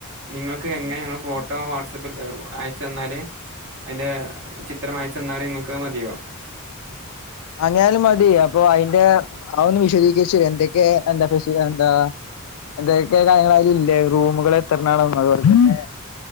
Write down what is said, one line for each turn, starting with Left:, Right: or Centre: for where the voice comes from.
Right: നിങ്ങൾക്ക് എങ്ങനെ ഞങ്ങള് ഫോട്ടോ വാട്സ് ആപ്പിൽ അയച്ചു തന്നാല് അയ്ന്റെ ചിത്രം അയ ച്ചു തന്നാല് നിങ്ങൾക്കത് മതിയോ
Left: അങ്ങാനായലും മതി അപ്പൊ അയ്ന്റെ അത് ഒന്ന് വിശദീകരിച്ച് തരി എന്തൊക്കെ എന്താ ഫെസി എന്താ എന്തൊക്കെ കാര്യങ്ങളാണ് അയിൽ ഇല്ലേ റൂമുകൾ എത്രണാണോ അതുപോലെ തന്നെ